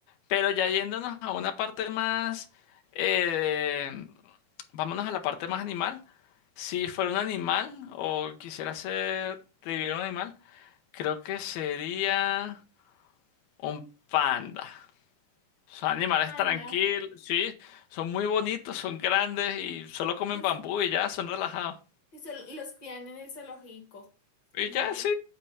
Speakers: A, on the left (about 80°); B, on the left (about 55°).
A: Pero ya yéndonos a una parte más, eh, vámonos a la parte más animal. Si fuera un animal o quisiera ser, vivir un animal, creo que sería un panda. Son
B: Un
A: animales
B: Panda.
A: tranquilos, sí, son muy bonitos, son grandes y solo comen
B: Los,
A: bambú y ya, son relajados.
B: eso- los crían en el zoológico.
A: Y
B: Y
A: ya
B: no le-
A: sí,